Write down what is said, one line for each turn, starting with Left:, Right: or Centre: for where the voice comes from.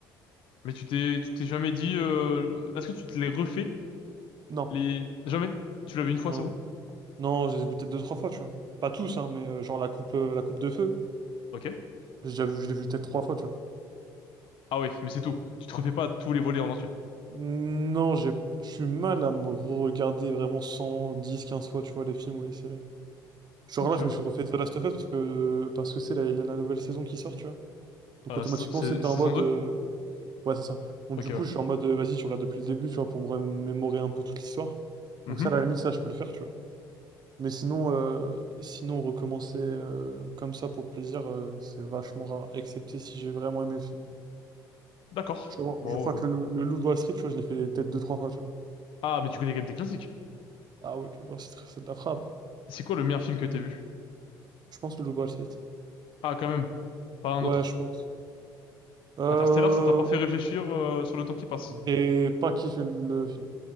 Left: Mais tu t'es, tu t'es jamais dit, euh, est-ce que tu te les refais?
Right: Non.
Left: Les... Jamais? Tu l'as vu une fois,
Right: Non,
Left: c'est
Right: non.
Left: bon?
Right: Non, je les ai vus peut-être deux, trois fois, tu vois. Pas tous, hein, mais euh, genre la coupe, euh, la coupe de feu,
Left: Ok.
Right: j'ai déjà vu, je l'ai vu peut-être trois fois, tu vois.
Left: Ah oui, mais c'est tout. Tu te refais pas tous les volets en entier.
Right: Non, j'ai du mal à me regarder vraiment 100, 10, 15 fois, tu vois, les films ou les séries. Genre
Left: Ok,
Right: là, je me
Left: ouais.
Right: suis refait The Last of Us parce que parce que c'est la, il y a la nouvelle saison qui sort, tu vois. Donc
Left: Euh,
Right: automatiquement,
Left: sa- sa-
Right: c'était
Left: saison
Right: en mode
Left: 2.
Right: euh, ouais, c'est ça. Donc
Left: Ok,
Right: du coup,
Left: ouais.
Right: je suis en mode euh, vas-y, je regarde depuis le début, tu vois, pour me remémorer un peu toute l'histoire.
Left: Mhm.
Right: Donc ça, à la limite, ça, je peux le faire, tu vois. Mais sinon, euh, sinon recommencer euh, comme ça pour le plaisir, euh, c'est vachement rare, excepté si j'ai vraiment aimé le film.
Left: D'accord.
Right: Je, crois
Left: Bon,
Right: je crois
Left: euh.
Right: que le, Loup le Loup de Wall Street, tu vois, je l'ai fait peut-être deux, trois fois, tu vois.
Left: Ah, mais tu connais quand même tes classiques.
Right: Ah oui, le Loup de Wall Street, c'est de la frappe.
Left: C'est quoi le meilleur film que t'aies vu?
Right: Je pense le Loup de Wall Street.
Left: Ah, quand même. Pas un
Right: Ouais,
Left: autre.
Right: je pense. Euh,
Left: Interstellar, ça t'a pas fait réfléchir, euh, sur le temps qui passe.
Right: et pas kiffé le, le film.